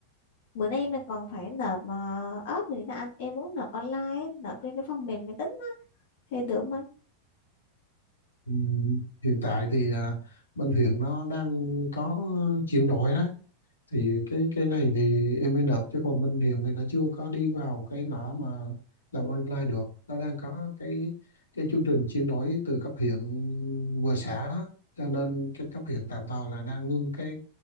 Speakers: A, on the left (about 50°); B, on the left (about 75°).
A: bữa nay mà còn phải nộp uh, ốp nữa nè anh. Em muốn nộp online, á, nộp trên cái phần mềm máy tính á thì được không anh?
B: ừ, hiện tại thì ờ, bên huyện nó đang có chuyển đổi đó thì cái cái này thì em mới nộp chứ còn bên hiện thì nó chưa có đi vào cái ngõ mà làm online được nó đang có cái cái chương trình chuyển đổi từ cấp huyện vừa xã đó cho nên cái cấp huyện tạm thời là đang ngưng cái